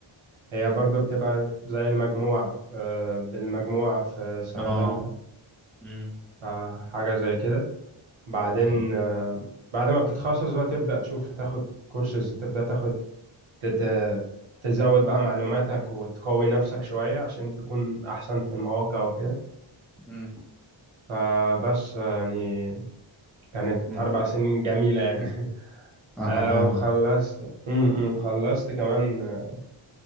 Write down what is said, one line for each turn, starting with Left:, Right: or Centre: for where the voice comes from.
Right: هي برضو بتبقى زي المجموع آه، بالمجموع في سنة
Centre: اه
Right: تالتة
Centre: امم
Right: فحاجة زي كده بعدين
Centre: طب
Right: آه، بعد ما بتتخصص بقى تبدأ تشوف تاخد كورسز تبدأ تاخد تت- تزود بقى معلوماتك وتقوي نفسك شوية عشان تكون أحسن في المواقع وكده
Centre: امم
Right: فبس آه، يعني كانت
Centre: مم.
Right: أربع سنين جميلة يعني <laughs>
Centre: انا
Right: آه،
Centre: فاهمك
Right: وخلصت م- م، خلصت كمان آه،